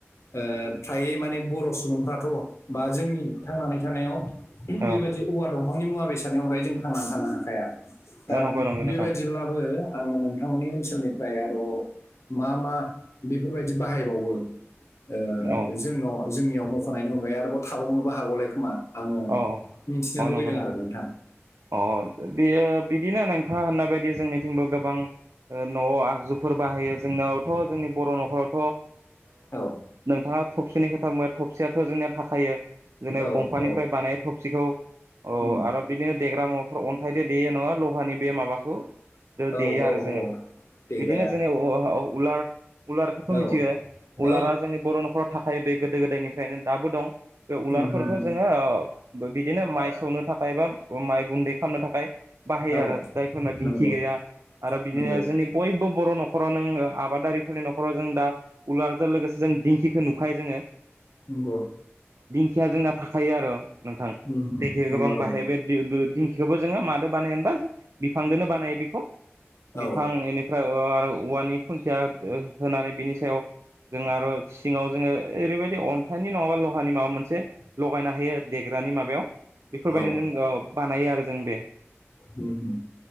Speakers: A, on the left (about 80°); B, on the right (about 90°).
A: ओ फ्रायै माने बर' सुबुंफ्राथ' बा जोंनि थांनानै थानायाव
B: औ
A: बेबायदि औवा दंफांनि मुवा बेसादनि अनगायै जों थांनानै थानो हाखाया दा
B: नंगौ नंगौ
A: बेबायदिब्लाबो
B: नोंथां
A: आङो नोंथांमोननि ओनसोलनिफ्राय आरोबाव मा मा बेफोरबायदि बाहायबावो? ओ
B: औ
A: जोंनाव जोंनियाव मख'नायनि अनगायै आरोबाव थाबावनोबो हागौलाय खोमा आङो
B: औ
A: मिथिनो
B: अ
A: लुगैदों
B: नंगौ नंगौ
A: आरो नोंथां
B: अ बेयो बिदिनो नोंथाङा होननाय बायदि जोंनिथिंबो गोबां न'आव आगजुफोर बाहायो जोंनावथ' जोंनि बर' न'खरावथ' ओ
A: औ
B: नोंथाङा थबसिनि खोथा बुंबाय थबसियाथ' जोंनिया थाखायो जेने
A: औ
B: दंफांनिफ्राय
A: औ
B: बानाय थबसिखौ अ
A: उम
B: आरो बिदिनो देग्रा मुवाफोर अन्थायदो देयो नङा लहानि बे माबाखौ
A: औ
B: दो देयो
A: औ
B: आरो जोङो
A: औ। देग्राया
B: बिदिनो जोंनि उलार उलारखौथ' मिथियो
A: औ
B: उलारा
A: औ
B: जोंनि बर' न'खराव थाब बे गोदो गोदायनिफ्रायनो दाबो दं बे उलार्फोरखौ
A: उम उम
B: जोङो। बिदिनो माइ सौनो थाखाय बा माइ गुन्दै खालामनो थाखाय। बाहायो
A: औ
B: आरो जायफोरना दिंखि
A: नंगौ
B: गैया। आरो बिदिनो
A: नंगौ
B: जोंनि बयबो बर' न'खराव नों आबादारि फोरनि न'खराव जों दा उलारजों लोगोसे जों दिंखिखौ नुखायो जोङो।
A: नोंगौ।
B: <unintelligible> जोंना थाखायो आरो। नोंथां
A: उम उम
B: दिंखिखौ
A: नंगौ
B: गोबां
A: नंगौ
B: बाहायो बे दिंखिखौबो जोङो मादो बानायो होनबा जों बिफांजों नो बानायो बेखौ बिफां
A: औ
B: बेनिफ्राय आरो औवानि खुन्थिया होनानै बिनि सायाव जों आरो सिङाव जोङो ओरैबायदि अन्थाइनि नङाबा लहानि माबा मोनसे लगायना हायो आरो। देग्रानि माबायाव बेफोरबायदि
A: औ
B: नो अ बानायो आरो जों बे
A: उम उम